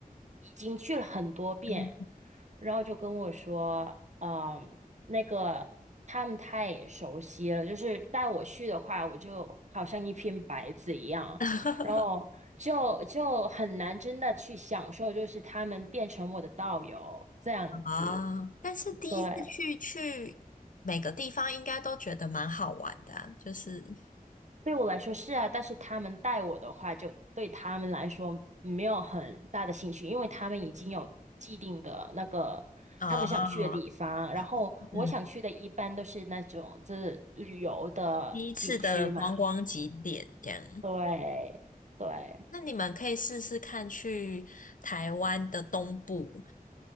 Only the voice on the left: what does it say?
嗯
<laughs>
哦，但是第一次去去每个地方应该都觉得蛮好玩的啊就是
哦，
嗯，第一次的观光景点这样，
那你们可以试试看去台湾的东部，